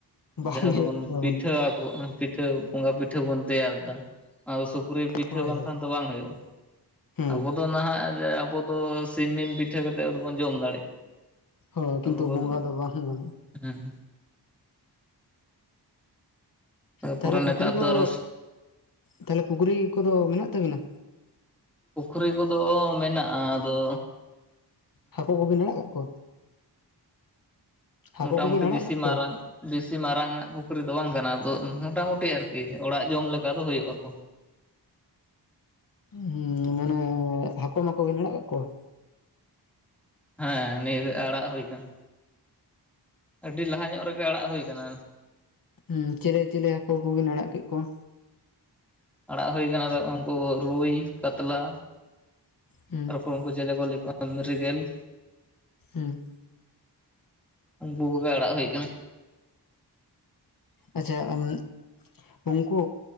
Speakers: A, on the left; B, in the centre.
A: ᱵᱟᱝ
B: ᱡᱟᱦᱟᱸ
A: ᱦᱩᱭᱩᱜ
B: ᱫᱚᱵᱚᱱ
A: ᱛᱟᱵᱚᱱᱟ
B: ᱯᱤᱴᱷᱟᱹᱣᱟ ᱠᱚ ᱯᱤᱴᱷ ᱵᱚᱸᱜᱟ ᱯᱤᱴᱷᱟᱹ ᱵᱚᱱ ᱛᱮᱭᱟᱨ ᱫᱟ, ᱚᱱᱟᱫᱚ ᱥᱩᱠᱨᱤ ᱯᱤᱴᱷᱟᱹ
A: ᱦᱳᱭ
B: ᱵᱟᱝᱠᱷᱟᱱ
A: ᱦᱳᱭ
B: ᱫᱚ ᱵᱟᱝ ᱦᱳᱭᱳᱜᱼᱟ᱾
A: ᱦᱩᱸ
B: ᱟᱵᱚ ᱫᱚ ᱱᱟᱦᱟᱜ ᱟᱵᱚ ᱫᱚ, ᱥᱤᱢ ᱢᱤᱢ ᱯᱤᱴᱷᱟᱹ ᱠᱟᱛᱮᱫ ᱫᱚᱵᱚᱱ ᱡᱚᱢ ᱫᱟᱲᱮᱜ
A: ᱦᱳᱭ ᱠᱤᱱᱛᱩ
B: ᱟᱫᱚ ᱵᱳᱞ
A: ᱵᱚᱸᱜᱟ ᱫᱚ ᱵᱟᱝ ᱜᱟᱱᱚᱜᱼᱟ
B: ᱦᱮᱸ ᱛᱟᱨᱯᱚᱨᱮ
A: ᱛᱟᱦᱚᱞᱮ
B: ᱱᱮᱛᱟᱨ
A: ᱯᱩᱠᱷᱨᱤ
B: ᱫᱚ
A: ᱠᱚ,
B: ᱟᱨᱚ
A: ᱛᱟᱦᱚᱞᱮ ᱯᱩᱠᱷᱨᱤ ᱠᱚᱫᱚ, ᱢᱮᱱᱟᱜ ᱛᱟᱵᱤᱱᱟ?
B: ᱯᱩᱠᱷᱨᱤ ᱠᱚᱫᱚ ᱢᱮᱱᱟᱜᱼᱟ, ᱟᱫᱚ
A: ᱦᱟᱹᱠᱳ ᱠᱚᱵᱤᱱ ᱟᱲᱟᱜ ᱠᱟᱜ ᱠᱚᱣᱟ? ᱦᱟᱹᱠᱩ
B: ᱢᱚᱴᱟᱢᱩᱴᱤ
A: ᱠᱚᱵᱤᱱ ᱟᱲᱟᱜ
B: ᱵᱮᱥᱤ
A: ᱠᱟᱜ ᱠᱚᱣᱟ
B: ᱢᱟᱨᱟᱝ᱾ ᱵᱮᱥᱤ ᱢᱟᱨᱟᱝᱟᱜ ᱯᱩᱠᱷᱨᱤ ᱫᱚ ᱵᱟᱝ ᱠᱟᱱᱟ ᱟᱫᱚ ᱢᱚᱴᱟᱢᱩᱴᱤ ᱟᱨᱠᱤ ᱚᱲᱟᱜ ᱡᱚᱢ ᱞᱮᱠᱟ ᱫᱚ ᱦᱩᱭᱩᱜᱼᱟ ᱠᱚ᱾
A: ᱦᱩ ᱢᱟᱱᱮ ᱦᱟᱹᱠᱩ ᱢᱟᱠᱚ ᱵᱮᱱ ᱟᱲᱟᱜ ᱠᱟᱜ ᱠᱚᱣᱟ?
B: ᱦᱮᱸ ᱱᱤᱭᱟᱹ ᱟᱲᱟᱜ ᱦᱩᱭ ᱠᱟᱱᱟ ᱟᱹᱰᱤ ᱞᱟᱦᱟ ᱧᱚᱜ ᱨᱮᱜᱮ ᱟᱲᱟᱜ ᱦᱩᱭ ᱠᱟᱱᱟ᱾
A: ᱦᱮᱸ ᱪᱤᱞᱤᱼᱪᱤᱞᱤ ᱦᱟᱹᱠᱩ ᱠᱚᱵᱤᱱ ᱟᱲᱟᱜ ᱠᱮᱜ ᱠᱚᱣᱟ?
B: ᱟᱲᱟᱜ ᱦᱩᱭ ᱠᱟᱱᱟ ᱫᱚ ᱩᱝᱠᱩ ᱨᱩᱭ, ᱠᱟᱛᱞᱟ
A: ᱦᱩᱸ
B: ᱛᱟᱨᱯᱚᱨ ᱩᱝ ᱠᱩ ᱪᱮᱞᱮ ᱠᱚ ᱠᱟᱹᱞᱠᱚ ᱢᱤᱨᱮᱜᱮᱞ ᱾
A: ᱦᱩᱸ ᱾
B: ᱩᱝᱠᱩ ᱠᱚᱜᱮ ᱟᱲᱟᱜ ᱦᱩᱭ ᱠᱟᱱᱟ᱾
A: ᱟᱪᱪᱷᱟ ᱟᱢ ᱩᱝᱠᱩ